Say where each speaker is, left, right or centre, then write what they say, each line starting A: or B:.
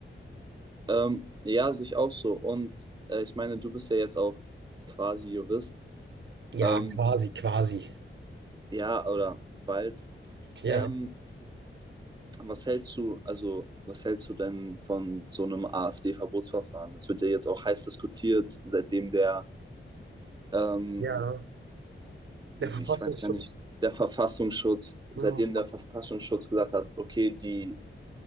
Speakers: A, on the right; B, on the right.
A: Ähm, ja, sehe ich auch so. Und äh, ich meine, du bist ja jetzt auch quasi Jurist.
B: Ja,
A: Ähm,
B: quasi, quasi.
A: ja, oder bald.
B: Ja.
A: Ähm, Was hältst du, also was hältst du denn von so einem AfD-Verbotsverfahren? Das wird ja jetzt auch heiß diskutiert, seitdem der, ähm,
B: Ja, der
A: ich
B: Verfassungsschutz.
A: weiß gar nicht, der Verfassungsschutz, seitdem
B: Mhm.
A: der Verfassungsschutz gesagt hat, okay, die